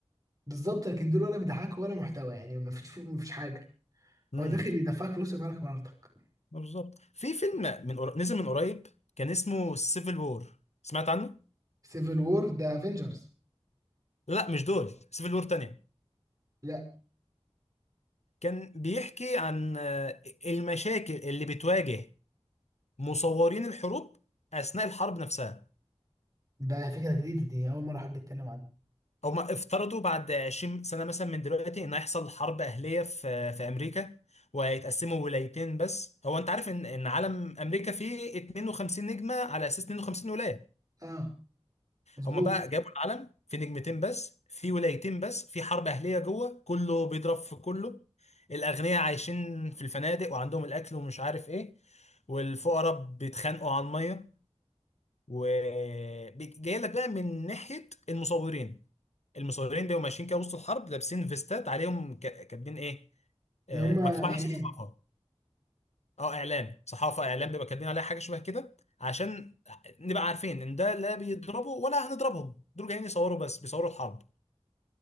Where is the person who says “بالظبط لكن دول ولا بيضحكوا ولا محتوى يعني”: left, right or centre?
Right